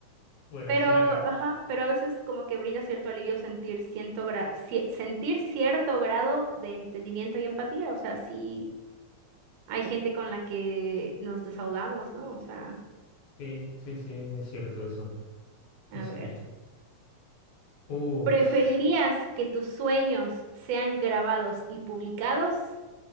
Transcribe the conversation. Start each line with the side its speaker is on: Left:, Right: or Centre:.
Left: Bueno,
Right: Pero,
Left: es
Right: ajá,
Left: una cadena.
Right: pero a veces como que brinda cierto alivio sentir ciento gra- cie- sentir cierto grado de entendimiento y empatía. O sea, sí hay gente con la que nos desahogamos, ¿no? O sea,
Left: Sí, sí, sí, es cierto eso.
Right: a
Left: Es
Right: ver.
Left: cierto. Uf,
Right: ¿Preferirías que tus sueños sean grabados y publicados